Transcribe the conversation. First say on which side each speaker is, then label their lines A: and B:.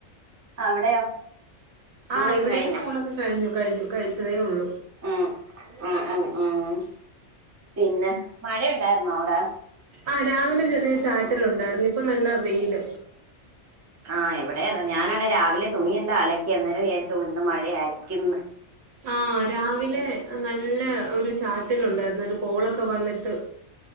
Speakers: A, on the right (about 20°); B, on the right (about 60°).
A: അവിടെയോ
B: ആ
A: ഊണൊക്കെ
B: ഇവിടെയും
A: കഴിഞ്ഞോ
B: ഊണൊക്കെ കഴിഞ്ഞു കഴിഞ്ഞു കഴിച്ചതേ ഉള്ളൂ
A: ഉം ഉ ഉം ഉം ഉ പിന്നെ മഴയ ഉണ്ടായിരുന്നോ അവിടെ
B: ആഹ്‌രാവിലെ ചെറിയ ചാറ്റല ഉണ്ടായിരുന്നു ഇപ്പൊ നല്ല വെയില്
A: ആഹ് ഇവിടെ അതേഞാനാണ രാവിലെ തുണിയെല്ലാംഅലക്കി അന്നേരം വിചാരിച്ചു ഇന്ന് മഴയായിരിക്കും
B: ആഹ് രാവിലെ നല്ല ഒരു ചാറ്റിലുണ്ടായിരുന്നു ഒരു കോളൊക്കെ വന്നിട്ട്